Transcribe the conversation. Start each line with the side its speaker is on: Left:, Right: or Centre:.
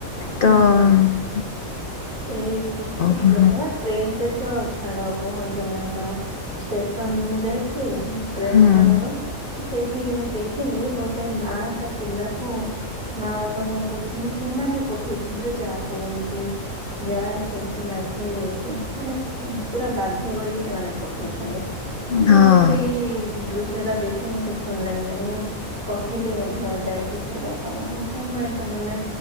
Left: ତ
Right: ହୁଁ।
Left: ଅ
Right: ସେଇ ସେଇ
Left: ହୁଁ
Right: କଥା ବା। ଟ୍ରେନରେ ତ ଛାଡ କୁହନ୍ତୁନି ଆପଣ ଷ୍ଟେସନ ମୁଁ ଯାଇଥିଲି ଟ୍ରେନ
Left: ହୁଁ
Right: ଥିଲା ମୋର ସେଇଠି ମୁଁ ଦେଖିଲି ଗୋଟେ ମା ତା ପିଲାକୁ ମା ବାପା କଣ କରୁଛନ୍ତି ସେମାନେ ପଠଉଛନ୍ତି ଯେ ଯା ତୁ ଏମିତି ଯାଆ ସେମିତି ମାଗିବୁ ଇଏ ସିଏ ମାନେ ପୁରା ବାଧ୍ୟ କରିକି ସେମାନେ ପଠଉଛନ୍ତି। ତ ମତେ
Left: ହଁ
Right: ସେଇ ଦୃଶ୍ୟ ଟା ଦେଖିକି ମତେ ଭଲ ଲାଗିଲାନି ମୁଁ କହିଲି ମଧ୍ୟ ଯାଇକି ସେ ବାପା ମା ଙ୍କୁ କଣ ପାଇଁ ତମେମାନେ